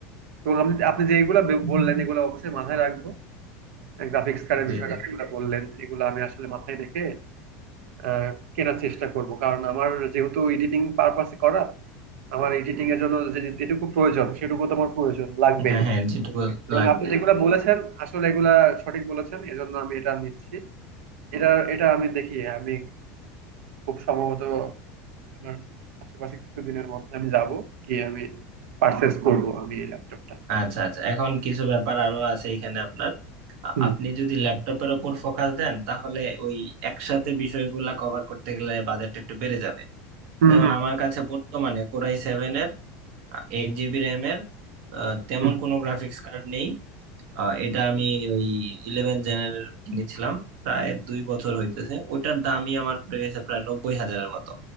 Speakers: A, on the right; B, on the right.
A: এবং আপনি আপনি যে এগুলো বে- বললেন এগুলো অবশ্যই মাথায় রাখবো গ্রাফিক্স কার্ডের
B: জি
A: বিষয়টা
B: জি
A: যেগুলো বললেন এগুলো আমি আসলে মাথায় রেখে আহ, কেনার চেষ্টা করব কারণ আমার যেহেতু এডিটিং পারপাসে করা আমার এডিটিং এর জন্য যে- যেটুকু প্রয়োজন সেটুকু তো আমার প্রয়োজন লাগবেই
B: হ্যাঁ হ্যাঁ যেটুকু
A: এবং
B: লাগবেই
A: আপনি যেগুলা বলেছেন আসলে এগুলা সঠিক বলেছেন এজন্য আমি এটা নিচ্ছি এটা এটা আমি দেখি আমি খুব সম্ভবত আমার আশেপাশে কিছুদিনের মধ্যে আমি যাব গিয়ে আমি পারচেস করব আমি এই ল্যাপটপটা
B: আচ্ছা আচ্ছা এখন কিছু ব্যাপার আরো আছে এখানে আপনার আ-
A: হুম
B: আপনি যদি ল্যাপটপের ওপর ফোকাস দেন তাহলে ওই একসাথে বিষয়গুলা কভার করতে গেলে বাজেট একটু বেড়ে যাবে
A: হুম
B: যেমন
A: হুম
B: আমার কাছে বর্তমানে কোরাই সেভেন এর এইট জিবি র্যাম এর আ, তেমন
A: হুম
B: কোনো গ্রাফিক্স কার্ড নেই আ, এটা আমি ওই ইলেভেন জেনের কিনেছিলাম প্রায় দুই বছর হইতেছে ওটার দামই আমার পড়ে গেছে প্রায় নব্বই হাজারের মতো